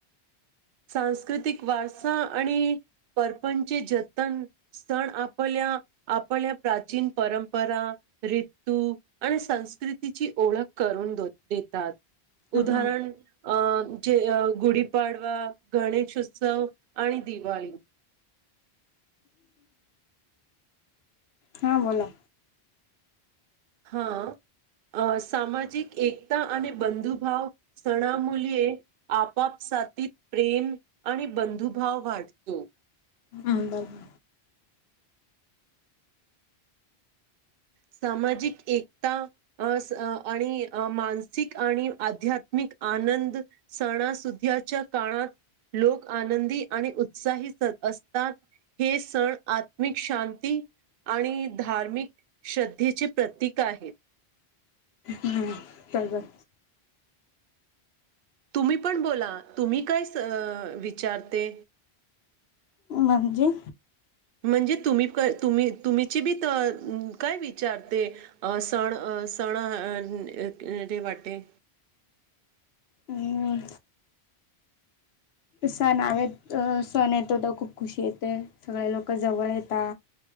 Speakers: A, on the right; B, on the left.
A: सांस्कृतिक वारसा आणि परपंचे जतन स्तण आपल्या आपल्या प्राचीन परंपरा रित्तु आणि संस्कृतीची ओळख करून दो देतात.
B: हा
A: उदाहरण
B: हां
A: अ जे अ गुढीपाडवा गणेश उत्सव आणि दिवाळी.
B: हां बोला.
A: हा अ सामाजिक एकता आणि बंधुभाव स्तणा मुलीये. आपापसाथीत प्रेम आणि बंधुभाव वाढतो.
B: हम्म बर बर.
A: सामाजिक एकता अस आणि मानसिक आणि आध्यात्मिक आनंद. सणासुध्याच्या काळात लोक आनंदी आणि उत्साही असतात. हे सण आत्मिक शांती आणि धार्मिक श्रद्धेचे प्रतीक आहेत.
B: हम्. तरब.
A: तुम्ही पण बोला तुम्ही काय अ विचारते.
B: म्हणजे.
A: म्हणजे तुम्ही का तुम्ही तुम्हीची बी तर काय विचारते. अ सण अ सण अ ते वाटे.
B: हम्. सण आवेत सण येतो तर खूप खुशी येते सगळे लोकं जवळ येता.